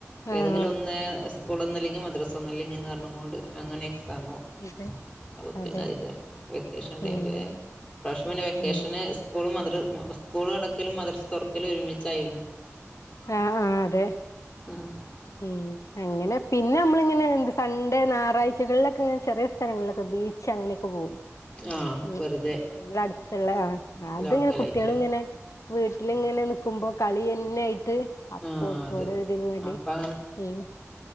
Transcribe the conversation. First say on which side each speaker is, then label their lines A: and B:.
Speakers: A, on the left (about 85°); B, on the left (about 20°).
A: ആഹ്
B: ഏതെങ്കിലും ഒന്ന് സ്കൂളൊന്നല്ലങ്കി മദ്റസൊന്ന് അല്ലെങ്കിന്നറഞ്ഞ് കോണ്ട് അങ്ങനെ എക്സാം ആവും.
A: അതെ
B: അപ്പോ പിന്നെ
A: അതെ
B: അതേയ്കാരം വെക്കേഷൻ ടൈമില്
A: ഉം
B: ലെ ഇപ്രാവശ്യം പിന്നെ വെക്കേഷന്
A: ഉം
B: സ് സ്കൂള് മദ്‌റ സ്കൂള് അടക്കലും മദ്രസ തുറക്കലും ഒരുമിച്ചായിരുന്നു
A: ആഹ്‌ ആഹ്‌ അതെ
B: <inaudible>
A: മ് അങ്ങനെ പിന്നെ നമ്മളിങ്ങനെ എന്ത് സൺണ്ടേ ഞായറാഴ്ചകളിലൊക്കെ ഇങ്ങെനേ ചെറിയ സ്ഥലങ്ങളിലൊക്കെ ബീച്ച് അങ്ങനെയൊക്കെ പോവും
B: ആ
A: ഉം
B: വെറുതെ
A: വ്ടടുത്തുള്ള അത്ങ്ങനെ
B: ലോക്കലായിട്ടല്ലേ
A: കുട്ടികൾ ഇങ്ങനെ, വീട്ടിലിങ്ങനെ നിക്കുമ്പോ കളിയന്നെ അയ്ട്ട് അപ്പോ
B: ആ
A: ഓൾക്
B: അതെ
A: ഓലെ
B: അതെ
A: ഇതിനും വാണ്ടി
B: അപ്പം
A: ഉം